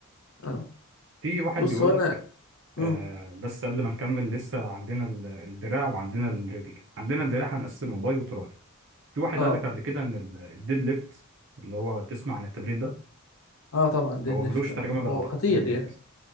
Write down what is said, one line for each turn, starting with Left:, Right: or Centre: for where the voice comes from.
Left: اه
Right: في واحد
Left: بص
Right: بيقول
Left: هو انا
Right: لك
Left: امم
Right: آه بس قبل ما نكمل لسه عندنا ال- الدراع وعندنا الرجل عندنا الدراع هنقسمه باي وتراي في واحد
Left: اه
Right: قال لك قبل كده ان ال- الديد ليفت اللي هو تسمع عن التمرين ده
Left: اه طبعا ديد
Right: هو
Left: ليفت
Right: ملوش
Left: اه
Right: ترجمة
Left: هو
Right: بالعربي
Left: خطير
Right: ديد ليفت
Left: يعني